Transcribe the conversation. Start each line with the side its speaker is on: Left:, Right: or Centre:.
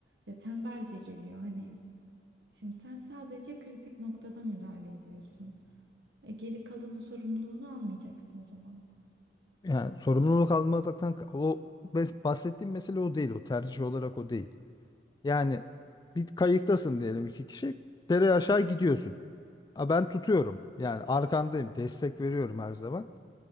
Right: ya tembelce geliyor. Hani Şimdi sen sadece kritik noktada müdahale ediyorsun. E, geri kalanın sorumluluğunu almayacaksın o zaman.
Left: Yani sorumluluk almaktan o bahsettiğim mesele o değil. O tercih olarak o değil. Yani bir kayıktasın diyelim iki kişi. Dere aşağı gidiyorsun. Ha, ben tutuyorum. Yani arkandayım. Destek veriyorum her zaman.